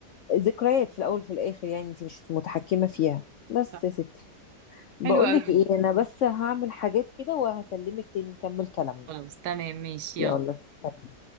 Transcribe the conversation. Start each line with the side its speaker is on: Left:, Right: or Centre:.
Left: ذكريات في الاول وفي الاخر يعني انت مش متحكمه فيها بس
Right: صح
Left: يا ستي بقولك
Right: حلو قوي
Left: ايه انا بس هعمل حاجات كده وهكلمك تاني نكمل كلامنا
Right: خلاص تمام ماشي
Left: يلا
Right: يلا
Left: سلام.